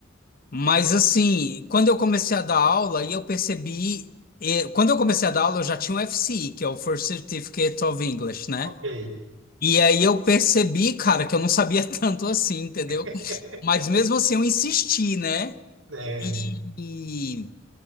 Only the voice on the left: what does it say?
mas assim, quando eu comecei a dar aula, e eu percebi, eh, quando eu comecei a dar aula, eu já tinha o FCI, que é o First Certificate of English, né?
E aí eu percebi, cara, que eu não sabia <laughs> tanto assim, entendeu?
Mas mesmo assim eu insisti, né?
E,